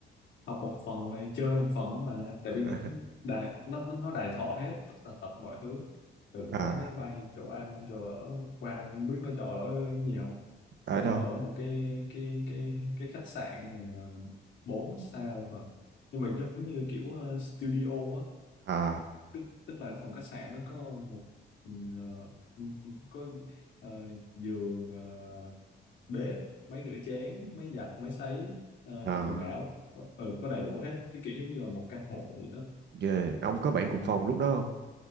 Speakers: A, on the left; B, on the right.
A: học một phần này chơi một phần mà tại vì nó
B: À,
A: đài, nó nó nó đầy thọ hết tất tần tật mọi thứ từ
B: à, à,
A: vé máy
B: À,
A: bay chỗ ăn chỗ ở qua không biết nó cho ở nhiều không
B: ở
A: cho
B: đâu?
A: ở một cái cái cái cái khách sạn ờ, bốn sao hả nhưng mà giống như kiểu ờ, studio á
B: À,
A: tức tức là cái phòng khách sạn nó có một ừ, ờ, ừ, ừ, có ờ, giường ờ, bếp máy rửa chén máy giặt máy sấy ờ,
B: à,
A: quần áo ờ, ừ, có đầy đủ hết cái kiểu giống như là một căn hộ vậy đó
B: ghê. Ông có bạn cùng
A: ừ,
B: phòng lúc đó không?